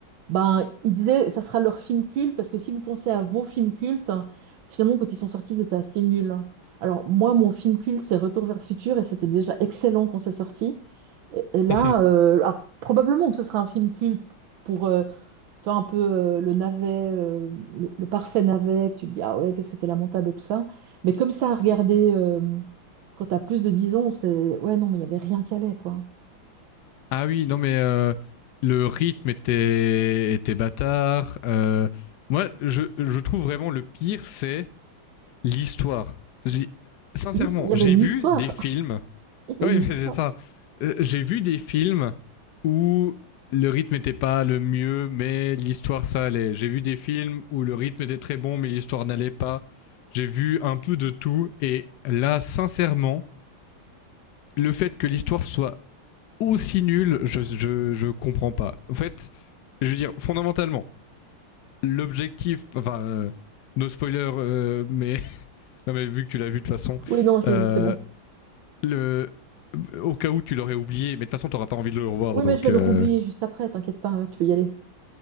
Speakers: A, on the right; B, on the left.
A: Ben, il disait ça sera leur film culte parce que si vous pensez à vos films cultes, hein, finalement, quand ils sont sortis, ils étaient assez nuls. hein. Alors, moi, mon film culte, c'est Retour vers le futur et c'était déjà excellent quand c'est sorti. Et, et
B: <laughs>
A: là, euh, alors probablement que ce sera un film culte pour euh, toi un peu euh, le navet, euh, le, le parfait navet, que tu te dis ah ouais, que c'était lamentable et tout ça. Mais comme ça, à regarder euh, quand t'as plus de 10 ans, c'est ouais, non, mais il n'y avait rien qu'à allait, quoi.
B: ah oui, non mais euh, le rythme était était bâtard. Euh, moi, je je trouve vraiment le pire, c'est l'histoire. J'ai- Sincèrement,
A: L'hist- Il y
B: j'ai
A: avait une
B: vu
A: histoire.
B: des films.
A: <laughs> Il y avait
B: Oui,
A: une
B: <laughs> mais
A: histoire.
B: c'est ça. Euh, J'ai vu des films où le rythme n'était pas le mieux, mais l'histoire ça allait. J'ai vu des films où le rythme était très bon, mais l'histoire n'allait pas. J'ai vu un peu de tout et là, sincèrement, le fait que l'histoire soit aussi nul, je, je, je comprends pas. En fait, je veux dire, fondamentalement, l'objectif, enfin, euh, no spoiler, euh, mais, <laughs> non, mais vu que tu l'as vu de toute façon,
A: Oui, non, je l'ai
B: euh,
A: vu, c'est bon.
B: le, au cas où tu l'aurais oublié, mais de toute façon, t'auras pas envie de le revoir,
A: Oui,
B: donc,
A: mais je vais
B: euh,
A: le roublier juste après, t'inquiète pas, hein, tu peux y aller.